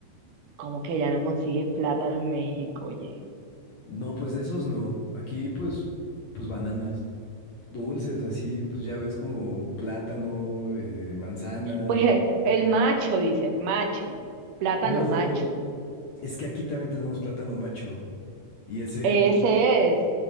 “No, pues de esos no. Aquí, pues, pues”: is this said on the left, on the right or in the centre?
Left